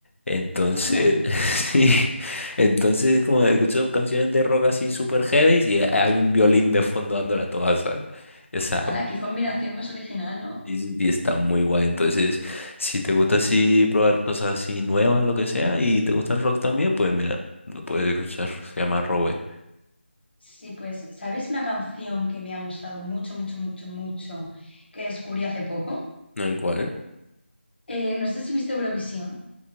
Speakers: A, on the left; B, on the left.
A: Entonces,
B: anda.
A: <laughs> sí, entonces como escucho canciones de rock así super heavy y hay un violín de fondo dándola toda, ¿sabes? Esa,
B: ¡Hala, qué combinación más original, ¿no?
A: y, y está muy guay. Entonces, si te gusta así probar cosas así nuevas, lo que sea, y te gusta el rock también, pues mira, lo puedes escuchar, se llama Robe.
B: Sí, pues, ¿sabes una canción que me ha gustado mucho, mucho, mucho, mucho, que descubrí hace poco?
A: El cual,
B: Eh, no sé si viste Eurovisión,